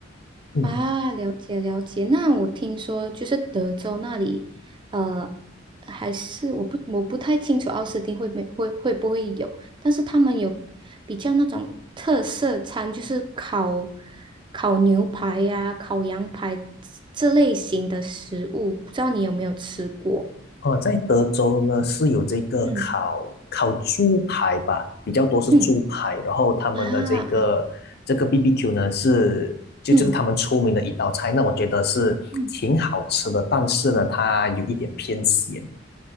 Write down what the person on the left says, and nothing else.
嗯。
哦，在德州呢是有这个烤烤猪排吧，
比较多是猪排，
然后他们的这个这个
BBQ 呢是就就是他们出名的一道菜，
那我觉得是挺好吃的，
但是呢它有一点偏咸，